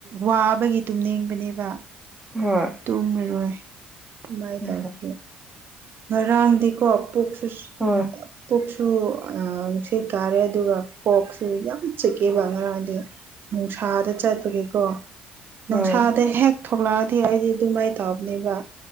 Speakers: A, on the right (about 50°); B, on the right (about 20°).
A: ꯋꯥꯕꯒꯤ ꯇꯨꯝꯅꯤꯡꯕꯅꯦꯕ
B: ꯍꯣꯏ
A: ꯇꯨꯝꯃꯔꯣꯏ ꯀꯃꯥꯏꯅ
B: ꯍꯣꯏ
A: ꯇꯧꯔꯤꯒꯦ ꯉꯔꯥꯡꯗꯤꯀꯣ ꯄꯨꯛꯁꯨ
B: ꯍꯣꯏ
A: ꯀꯣꯛꯁꯨ ꯑ ꯅꯨꯡꯁ ꯀꯥꯔꯦ ꯑꯗꯨꯒ ꯀꯣꯛꯁꯨ ꯌꯥꯝ ꯆꯤꯛꯀꯦꯕ ꯉꯔꯥꯡꯗꯤ ꯅꯨꯡꯁꯥꯗ ꯆꯠꯄꯒꯤꯀꯣ ꯅꯨꯡꯁꯥꯗ
B: ꯍꯣꯏ
A: ꯍꯦꯛ ꯊꯣꯛꯂꯛꯑꯗꯤ ꯑꯩꯗꯤ ꯑꯗꯨꯃꯥꯏꯅ ꯇꯕꯅꯦꯕ